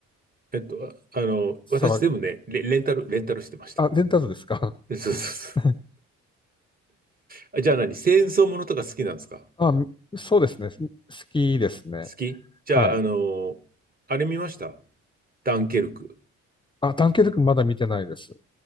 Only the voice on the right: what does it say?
えっと、ああの、
私全部ね、レ、レンタル、レンタルしてました。
<laughs> そうそうそう。
あじゃあ何戦争ものとか好きなんですか
好きじゃあ、
あのーあれ見ましたダンケルク。